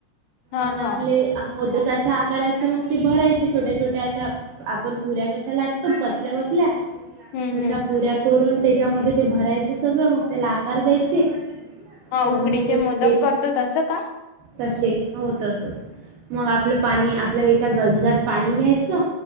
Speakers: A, on the left; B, on the right.
A: हा
B: आण आपले
A: हा
B: मोदकाच्या आकाराच मग ती भरायची छोट्या, छोट्या अश्या आपण पुऱ्या कश्या लाटतो पतल्या, पतल्या
A: हम्म
B: तशा
A: हम्म
B: पुऱ्या करून त्याच्यामध्ये ते भरायचं सगळं मग त्याला आकार द्यायचे. <inaudible>
A: ह
B: आणि
A: उकडीचे
B: मग
A: मोदक
B: एक
A: करतो तसं का?
B: तसे. हो तसच मग आपलं पाणी आपल्या एका गंजात पाणी घ्यायचं.